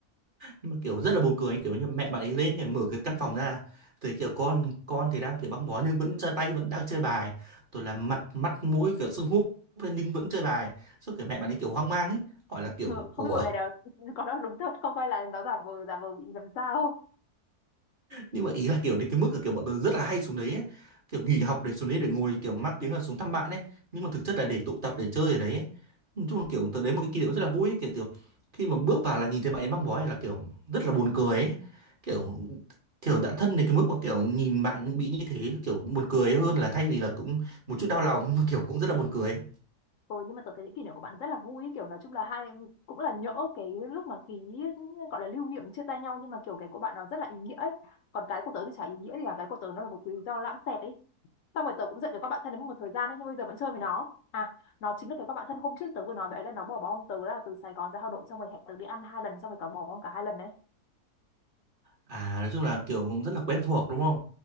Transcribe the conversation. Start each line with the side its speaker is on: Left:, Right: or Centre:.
Right: nhưng mà kiểu rất là buồn cười ấy. kiểu như mẹ bạn ấy lên thì mở cái căn phòng ra thì kiểu con con thì đang kiểu băng bó nhưng vẫn chơi tay vẫn đang chơi bài rồi là mặt mắt mũi kiểu sưng húp lên nhưng vẫn chơi bài sau kiểu mẹ bạn ấy kiểu hoang mang ấy hỏi là kiểu
Left: ừ, không
Right: ủa
Left: biết bọn này đều <laughs> có nói đúng thật không hay là nó giả vờ giả vờ bị làm sao
Right: nhưng mà ý là kiểu đến cái mức là kiểu bọn tôi rất là hay xuống đấy ấy. kiểu nghỉ học để xuống đấy để ngồi kiểu mang tiếng là xuống thăm bạn ấy nhưng mà thực chất là để tụ tập để chơi ở đấy ấy. nói chung là kiểu tớ đến một cái kỷ niệm rất là vui ấy. kiểu kiểu khi mà bước vào là nhìn thấy bạn ấy mang bó này là kiểu rất là buồn cười ấy kiểu kiểu đã thân đến cái mức mà kiểu nhìn bạn bị như thế kiểu buồn cười hơn là thay vì là cũng một chút đau lòng mà kiểu cũng rất là buồn cười ấy.
Left: ừ, nhưng mà tớ thấy những kỷ niệm của bạn rất là vui ấy. kiểu nói chung là hai em cũng là nhỡ cái lúc mà ký gọi là lưu niệm chia tay nhau nhưng mà kiểu cái của bạn nó rất là ý nghĩa ấy còn cái của tớ thì chả ý nghĩa gì cả cái của tớ nó là một cái lý do lãng xẹt ấy xong rồi tớ cũng giận cái con bạn thân đấy một thời gian đấy nhưng bây giờ vẫn chơi với nó à nó chính là cái con bạn thân hôm trước tớ vừa nói vậy ấy là nó bỏ bom tớ là từ Sài Gòn ra Hà Nội xong rồi hẹn tớ đi ăn hai lần xong rồi tớ bỏ bom cả hai lần đấy
Right: à nói chung là kiểu cũng rất là quen thuộc đúng không